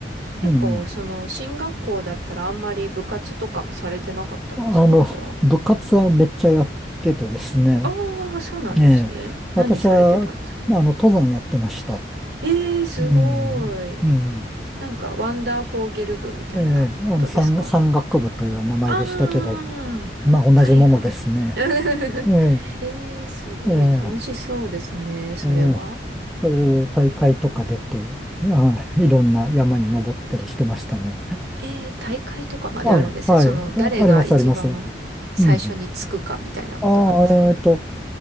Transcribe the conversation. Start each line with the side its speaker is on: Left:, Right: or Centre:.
Right: 結構その進学校だったらあんまり部活とかもされてなかったんですかじゃあ。
Centre: うん。あの、部活はめっちゃやっててですね、
Right: ああ、そうなんですね。
Centre: ええ、
Right: 何されてたんですか
Centre: 私は、あの、登山やってました。
Right: ええー、すごい。
Centre: うん、うん。
Right: なんかワンダーフォーゲル部みたいなことですか
Centre: ええ、あの、山、山岳部という名前でしたけど、
Right: ああ、
Centre: まあ、同じものですね。
Right: はいはい。<laughs>
Centre: ええ、
Right: ええー、すごい楽しそうですね、
Centre: ええ
Right: それは。
Centre: えーそういう大会とか出て、あ、いろんな山に登ったりしてましたね。
Right: えー、大会とかまであるんですね。
Centre: あ、はい。
Right: その、誰が一番最初につくかみたいなことなんですか
Centre: あります、あります。うん。ああ、えっと、